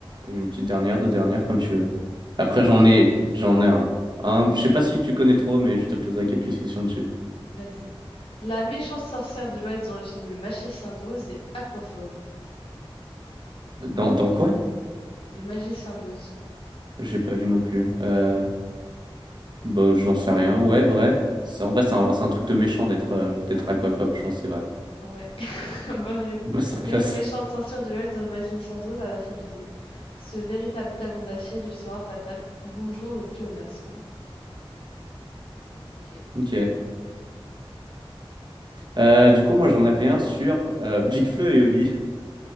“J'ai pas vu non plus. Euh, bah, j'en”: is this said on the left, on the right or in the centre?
Right